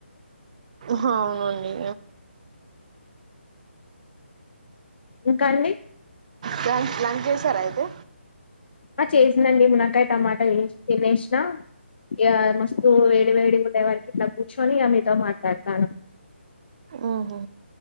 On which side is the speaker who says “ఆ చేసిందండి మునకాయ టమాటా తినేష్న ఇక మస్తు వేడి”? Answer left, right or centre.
Left